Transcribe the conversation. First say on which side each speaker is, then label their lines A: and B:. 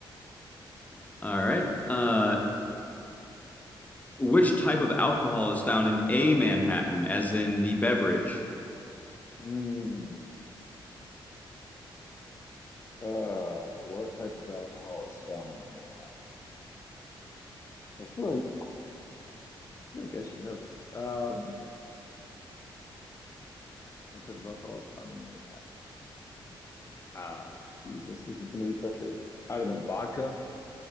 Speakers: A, on the left; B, on the left.
A: All right. Uh, Which type of alcohol is found in a Manhattan, as in the beverage?
B: Hmm. Uh, what type of alcohol is found in the Manhattan? I feel like feel like I should know this. Um, what type of alcohol is found in the Manhattan? Oh, Jesus, this is going to be frustrating. I don't know. Vodka?